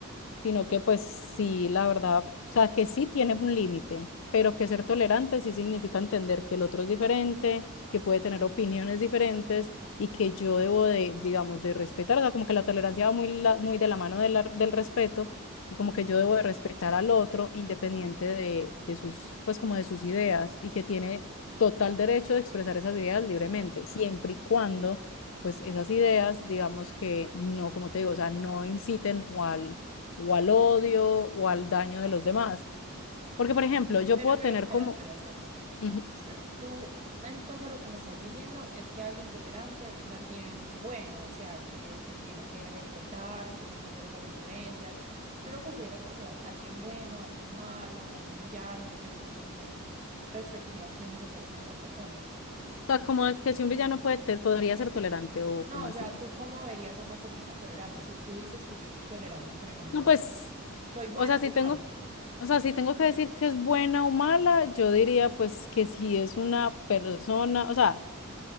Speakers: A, on the left; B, on the right.
A: sino que pues sí, la verdad, o sea, que sí tiene un límite, pero que ser tolerante sí significa entender que el otro es diferente, que puede tener opiniones diferentes y que yo debo de, digamos, de respetar, o sea, como que la tolerancia va muy, la- muy de la mano de la- del respeto y como que yo debo de respetar al otro independiente de, de sus, pues como de sus ideas y que tiene total derecho de expresar esas ideas libremente, siempre y cuando, pues esas ideas, digamos que no, como te digo, o sea, no inciten o al o al odio o al daño de los demás. Porque, por ejemplo, yo
B: Pero,
A: puedo
B: pero
A: tener
B: espera,
A: como,
B: espera, espera, espera. No,
A: Ujú. o
B: espera. Tú, entonces lo que me estás diciendo es que alguien tolerante es alguien bueno, o sea, que, que tiene que respetar, que tiene que hacer esas diferencias. ¿Tú lo consideras como alguien bueno, alguien malo, un villano? No sé, como que qué perspectivas tienes acerca de esa persona.
A: sea, como que si un villano puede, te- podría ser tolerante o
B: No,
A: como
B: o
A: así.
B: sea, ¿tú cómo verías a una persona tolerante? Si tú dices que yo soy tolerante, por ejemplo,
A: No, pues,
B: soy buena
A: o sea, si
B: persona,
A: tengo, o sea, si tengo que decir que es buena o mala, yo diría pues que si es una persona, o sea,